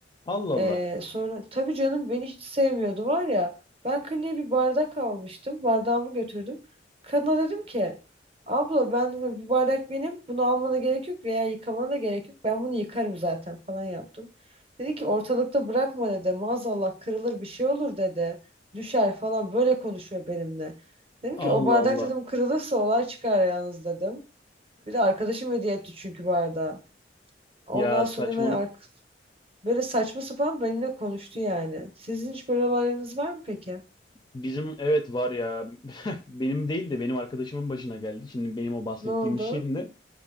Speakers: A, on the left (about 25°); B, on the right (about 30°).
A: Allah Allah.
B: Ee, sonra tabii canım beni hiç sevmiyordu var ya. Ben kliniğe bir bardak almıştım. Bardağımı götürdüm. Kadına dedim ki abla ben hani, bu bardak benim. Bunu almana gerek yok veya yıkamana da gerek yok. Ben bunu yıkarım zaten falan yaptım. Dedi ki ortalıkta bırakma dedi. Maazallah kırılır bir şey olur dedi. Düşer falan böyle konuşuyor benimle. Dedim
A: Allah
B: ki o bardak
A: Allah.
B: dedim kırılırsa olay çıkar yalnız dedim. Bir de arkadaşım hediye etti çünkü bardağı. Ondan
A: Ya
B: sonra
A: saçmalık.
B: hemen Böyle saçma sapan benimle konuştu yani. Sizin hiç böyle olaylarınız var mı peki?
A: Bizim evet var ya. <laughs> Benim değil de benim arkadaşımın başına geldi. Şimdi benim o bahsettiğim
B: Ne oldu?
A: iş yerinde